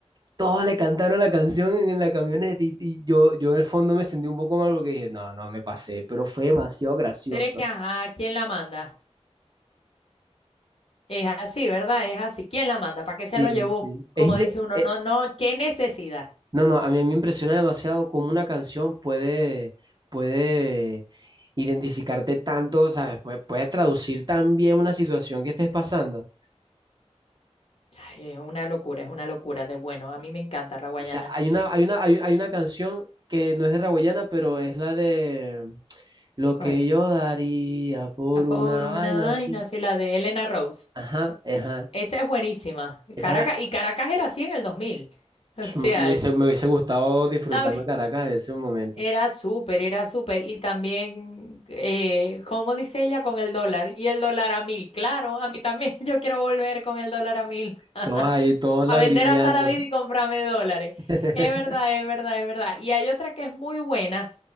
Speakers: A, on the right; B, on the left.
A: Todos le cantaron la canción en la camioneta y, y yo, yo en el fondo me sentí un poco mal porque dije, no, no, me pasé, pero fue demasiado gracioso.
B: Pero es que, ajá, ¿quién la manda? Es así, ¿verdad? Es así. ¿Quién la manda? ¿Para qué se
A: Sí,
B: lo llevó?
A: sí.
B: Como
A: Es incre-
B: dice uno,
A: eh,
B: no, no, qué necesidad.
A: no, no, a mí me impresiona demasiado cómo una canción puede, puede identificarte tanto, ¿sabes? Puede, puede traducir tan bien una situación que estés pasando.
B: Ay, es una locura, es una locura de bueno. A mí me encanta Raguayana.
A: Mira, hay una, hay una, hay, hay una canción que no es de Raboyana, pero es la de Lo
B: ¿Cuál?
A: que yo daría por
B: La Por
A: una
B: una
A: vaina
B: vaina,
A: así.
B: sí, la de Elena Rose.
A: Ajá, ajá.
B: Esa es buenísima.
A: Esa,
B: Caracas, y Caracas era así en el 2000. O
A: pf,
B: sea,
A: me hubiese, me hubiese gustado disfrutarme
B: ay,
A: Caracas en ese momento.
B: era súper, era súper. Y también, eh, ¿cómo dice ella? Con el dólar. Y el dólar a mil. Claro, a mí también <laughs> yo quiero volver con el dólar a mil.
A: Todos ahí, todos
B: A
A: lagrimeando.
B: vender hasta la vida y comprarme dólares.
A: <laughs>
B: Es verdad, es verdad, es verdad. Y hay otra que es muy buena,